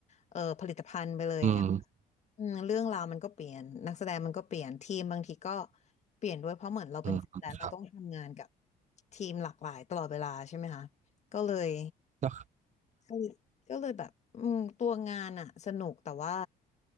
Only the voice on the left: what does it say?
เออผลิตภัณฑ์ไปเลยอย่างเงี้ย
อืมเรื่องราวมันก็เปลี่ยนนักแสดงมันก็เปลี่ยนทีมบางทีก็เปลี่ยนด้วยเพราะเหมือนเราเป็นฟรีแลนซ์เราต้องทำงานกับ
ทีมหลากหลายตลอดเวลาใช่ไหมคะก็เลย
ก็เลยก็เลยแบบอืมตัวงานอะสนุกแต่ว่า